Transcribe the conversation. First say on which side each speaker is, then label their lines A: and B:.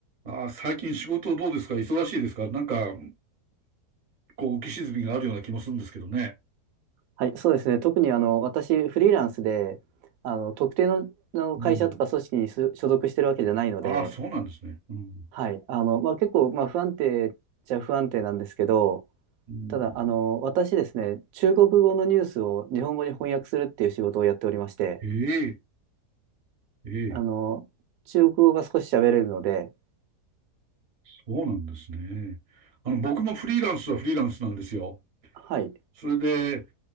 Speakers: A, on the right; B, on the right.
A: ああ、最近仕事どうですか忙しいですかなんか、こう、浮き沈みがあるような気もするんですけどね。
B: はい、そうですね。特にあの私、フリーランスで、あの特定の、あの会社とか組織に所所属してるわけじゃないので、
A: うん。ああ、そうなんですね。うん。
B: はい、あのまあ、結構、まあ、不安定っちゃ不安定なんですけど、
A: うん、
B: ただ、あの私ですね、中国語のニュースを日本語に翻訳するっていう仕事をやっておりまして、
A: ええ、ええ、
B: あの中国語が少し喋れるので、
A: そうなんですね。あの、僕もフリーランスはフリーランスなんですよ。
B: はい、
A: それで、